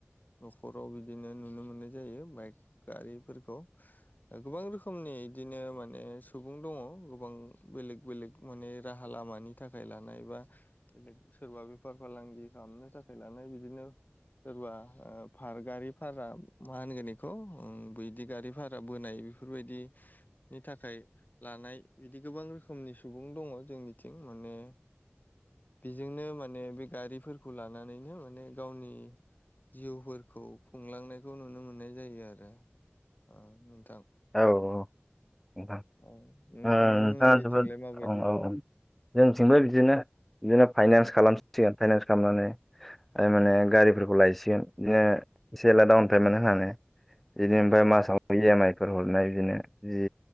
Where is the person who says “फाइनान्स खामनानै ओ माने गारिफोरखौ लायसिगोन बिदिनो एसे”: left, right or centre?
Centre